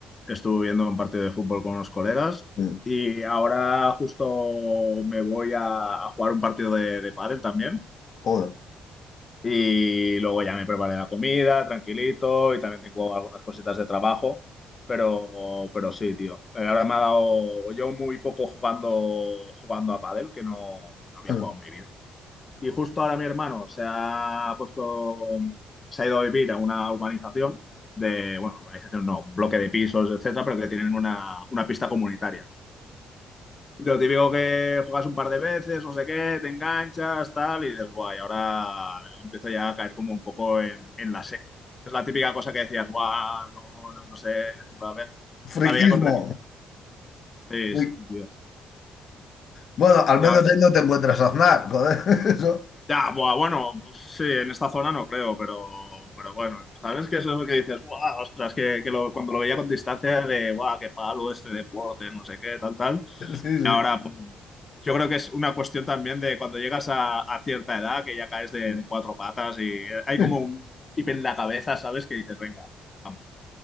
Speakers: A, on the left; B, on the left.
A: estuve viendo un partido de fútbol con unos colegas
B: sí,
A: y ahora justo me voy a, a jugar un partido de, de pádel también.
B: joder.
A: Y luego ya me preparé la comida, tranquilito, y también tengo algunas cositas de trabajo, pero, pero sí, tío. Eh, Ahora me ha dado yo muy poco jugando, jugando a pádel, que no, no había
B: <laughs>
A: jugado en mi vida. Y justo ahora mi hermano se ha puesto, se ha ido a vivir a una urbanización de, bueno, urbanización no, un bloque de pisos, etcétera, pero que tienen una, una pista comunitaria. Lo típico que juegas un par de veces, no sé qué, te enganchas, tal, y dices, guay, ahora empiezo ya a caer como un poco en, en la serie. Es la típica cosa que decías, guau, no, no, no sé, la ve-
B: Friquismo.
A: la veía con reticencias. Sí,
B: Fri-
A: sí, tío.
B: Bueno, al
A: Y
B: menos
A: ahora,
B: ahí no te encuentras a Aznar, joder, <laughs> eso.
A: ya, buah, bueno, pues sí, en esta zona no creo, pero, pero bueno, ¿sabes qué es eso que dices? Buah, ostras, que, que lo- cuando lo veía con distancia de, guau, qué palo este deporte, no sé qué, tal, tal.
B: Sí,
A: Ahora, pues, yo creo que es una cuestión también de cuando llegas a, a cierta edad, que ya caes de,
B: sí. sí.
A: de cuatro patas y hay como
B: <laughs>
A: un chip en la cabeza, ¿sabes? Que dices, venga, vamos,